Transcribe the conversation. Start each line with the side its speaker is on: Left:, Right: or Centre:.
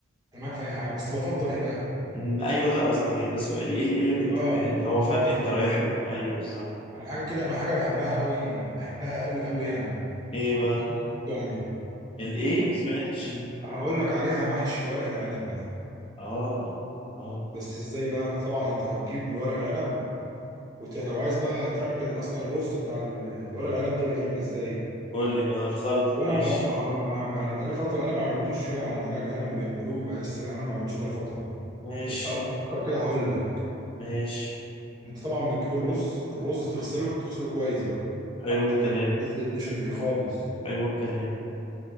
Right: انا معاك في اي حاجه بس بفضل ايه بقى
Left: أمم، ايوه ده قصدي يعني ده سؤالي ايه اللي إيه اللي, بت...
Right: اه
Left: اللي
Right: اه
Left: هو
Right: بفضل
Left: فاهم انت
Right: ايه
Left: رايح
Right: بقى
Left: له ايوه بالظبط
Right: انا حاجه كده انا حاجه بحبها قوي بحبها قوي قوي يعني
Left: ايه بقى
Right: هقول لك برضه عليها
Left: الايه ما سمعتش
Right: ال- هقول لك عليها محشي ورق العنب بقى
Left: اه اه
Right: بس ازاي بقى طبعا انت هتجيب الورق العنب وت... لو عايز بقى تعمل اصلا الرز بتاع ال- الورق العنب ده بيتعمل ازاي
Left: قول لي اه الخلط
Right: وانا
Left: ماشي
Right: على ما... على ما... ما- يعني بقى لي فتره انا ما عملتوش هنا عندنا هنا اللي بيعملوه بقى لسه انا ما عملتوش بقى لي فتره
Left: ماشي
Right: بس على ما افكر كده هقول لك
Left: ماشي
Right: انت طبعا بتجيب الرز الرز تغسله تغسله كويس بقى
Left: حلو
Right: لحد
Left: الكلام
Right: ما ينزل النشا اللي فيه خالص
Left: حلو الكلام